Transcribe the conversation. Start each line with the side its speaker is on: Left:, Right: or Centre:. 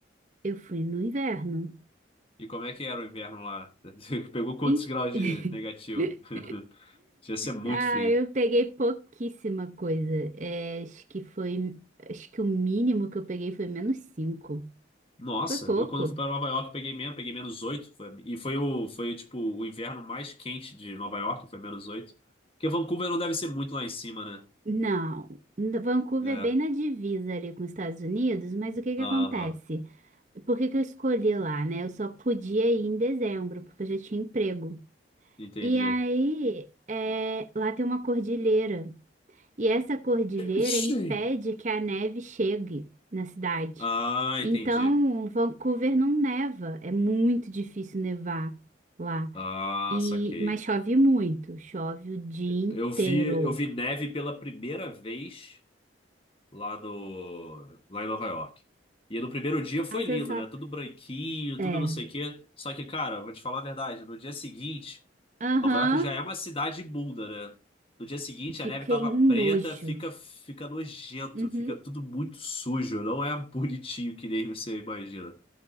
Right: Eu fui no inverno.
Left: E como é que era o inverno lá? <laughs> Pegou quantos
Right: Em-
Left: graus de negativo?
Right: <laughs>
Left: <laughs> Devia ser muito
Right: Ah,
Left: frio.
Right: eu peguei pouquíssima coisa. É, acho que foi. Acho que o mínimo que eu peguei foi menos 5.
Left: Nossa,
Right: Por pouco?
Left: eu quando fui pra Nova York peguei menos, peguei menos 8 foi- e foi o foi tipo o inverno mais quente de Nova York, foi menos oito Porque Vancouver não deve ser muito lá em cima, né?
Right: Não. N- Vancouver
Left: É.
Right: é bem na divisa ali com os Estados Unidos, mas o que que
Left: Aham.
Right: acontece? Por que que eu escolhi lá, né? Eu só podia ir em dezembro, porque eu já tinha emprego.
Left: Entendi.
Right: E aí, é, lá tem uma cordilheira. E essa cordilheira
Left: Sim.
Right: impede que a neve chegue na cidade.
Left: Ah, entendi.
Right: Então, Vancouver não neva. É muito difícil nevar lá.
Left: Ah,
Right: E,
Left: saquei.
Right: mas chove muito. Chove o dia inteiro.
Left: Eu vi, eu vi neve pela primeira vez lá no, lá em Nova York. E no primeiro dia foi
Right: A sensação.
Left: lindo, né? Tudo branquinho,
Right: É.
Left: tudo não sei o quê. Só que, cara, vou te falar a verdade, no dia seguinte,
Right: Aham,
Left: Nova York já é uma cidade imunda, né? No dia seguinte
Right: Fiquei
Left: a neve tava preta,
Right: um nojo.
Left: fica fica nojento,
Right: Uhum,
Left: fica tudo muito sujo, não é bonitinho que nem você imagina.